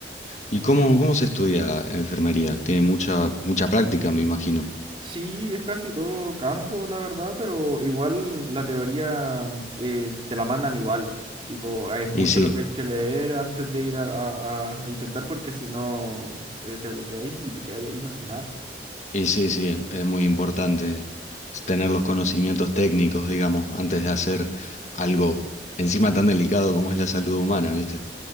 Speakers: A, on the left; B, on the right.
A: ¿Y cómo, cómo se estudia enfermería? Tiene mucha, mucha práctica, me imagino.
B: Sí, es casi todo campo, la verdad, pero igual la teoría eh, te la mandan igual. Tipo, es mucho
A: Y sí,
B: lo que hay que leer antes de ir a, a- a- a intentar porque si no eh, te bloqueáis y te quedáis ahí no sin nada.
A: y sí, sí, es es muy importante tener los conocimientos técnicos, digamos, antes de hacer algo encima tan delicado como es la salud humana, ¿viste?